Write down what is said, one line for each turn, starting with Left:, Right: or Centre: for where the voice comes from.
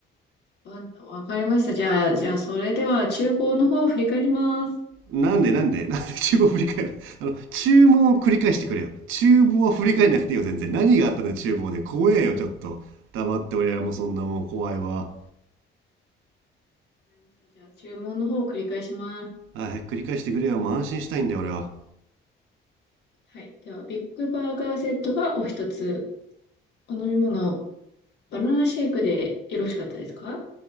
Left: わ、わかりました。じゃあ、じゃあ、それでは厨房の方を振り返ります。
Right: なんでなんで <laughs> なんで厨房振り返る <laughs> あの、注文を繰り返してくれよ。厨房は振り返んなくていいよ、全然。何があったの厨房で。怖えよ、ちょっと。黙って俺らもそんなもん怖いわ。
Left: わかりました。じゃあ、注文の方を繰り返します。
Right: あー、繰り返してくれよ。もう安心したいんだよ、俺は。
Left: はい。では、ビッグバーガーセットがお一つ。お飲み物、バナナシェイクでよろしかったですか